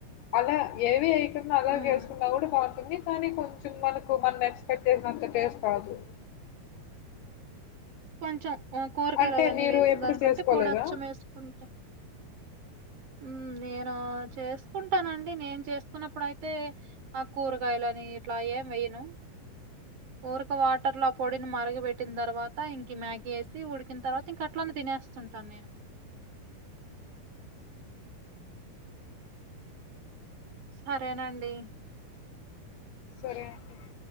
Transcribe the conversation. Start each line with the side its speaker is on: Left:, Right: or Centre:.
Left: అలా ఏవి ఎయ టం అల
Right: హ్మ్.
Left: చేసుకున్నా కూడా బాగుంటుంది కానీ కొంచెం మనకు మనం ఎక్స్పెక్ట్ చేసినంత టేస్ట్ రాదు
Right: కొంచెం కూరగాయలు
Left: అంటే
Right: అవన్నీ
Left: మీరు
Right: వేసిన
Left: ఎప్పుడు
Right: దానికంటే
Left: చేసుకోలేదా?
Right: పొడచ్చం వేసుకుంటే మ్ నేను చేసుకుంటానండి నేను చేసుకున్నప్పుడు అయితే ఆ కూరగాయలని ఇట్లా ఎం వెయ్యను ఊరికే వాటర్ లో ఆ పొడిని మరుగ పెెట్టిన తర్వత్ త ఇంక మ్యాగీ వేసి ఉడికిన తర్వాత ఇంక అట్లనే తినేస్తుంటాను నేను ఆ సరేనండి
Left: సరే అండి